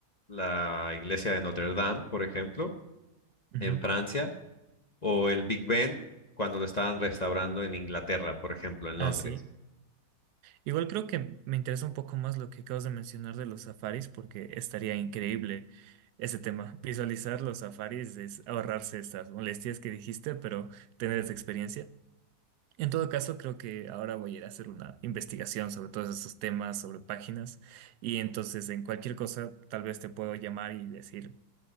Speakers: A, on the left (about 35°); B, on the right (about 80°).
A: la iglesia de Notre Dame, por ejemplo,
B: Ujú.
A: en Francia, o el Big Ben cuando lo estaban restaurando en Inglaterra, por ejemplo, en
B: Ah,
A: Londres.
B: sí. Igual creo que me interesa un poco más lo que acabas de mencionar de los safaris, porque estaría increíble ese tema. Visualizar los safaris es ahorrarse estas molestias que dijiste, pero tener esa experiencia. En todo caso, creo que ahora voy a ir a hacer una investigación sobre todos esos temas, sobre páginas, y entonces en cualquier cosa tal vez te puedo llamar y decir